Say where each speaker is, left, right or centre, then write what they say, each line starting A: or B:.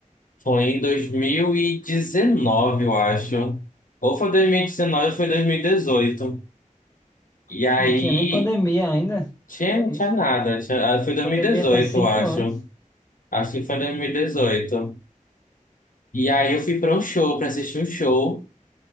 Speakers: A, on the left; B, on the left.
A: foi em 2019, eu acho. Ou foi 2019 ou foi dois mil E dezoito e aí
B: Não tinha nem pandemia ainda,
A: tinha,
B: que é
A: não
B: isso.
A: tinha nada. Tinha, ah, foi dois
B: Pandemia
A: mil e dezoito
B: faz cinco
A: eu acho.
B: anos.
A: Acho que foi 2018. E dezoito. E aí eu fui pra um show, pra assistir um show.